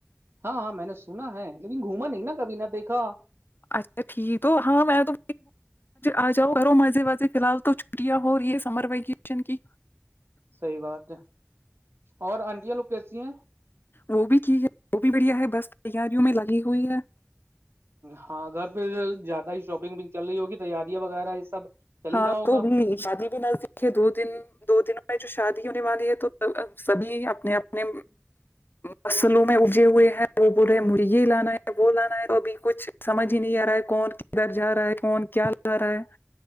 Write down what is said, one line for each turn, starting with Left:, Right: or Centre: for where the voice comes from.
Right: ہاں ہاں میں نے سنا ہے لیکن گھوما نہیں نا کبھی نہ دیکھا
Left: اچھا ٹھیک تو ہاں میں تو آ جاؤ کرو مزے وزے فی الحال تو چھٹیاں ہو رہ یہ سمر ویکیشن کی
Right: صحی بات ہے اور آنٹیاں لوگ کیسی ہیں
Left: وہ بھی ہے وہ بھی بڑھیا ہے بس تیاریوں میں لگی ہوئی ہے
Right: ہاں گھر پھر زیادہ ہی شاپنگ بھی چل رہی ہوگی تیاریاں وغیرہ یہ سب چل ہی
Left: ہاں
Right: رہا ہوگا
Left: تو بھی شادی بھی نہ دو دن دو دنوں میں جو شادی ہونے والی ہے تو سبھی اپنے اپنے مصلوں میں اجے ہوئے ہیں وہ بولے مجھے یہ لانا ہے وہ لانا ہے تو ابھی کچھ سمجھ ہی نہیں آ رہا ہے کون کدھر جا رہا ہے کون کیا لا رہا ہے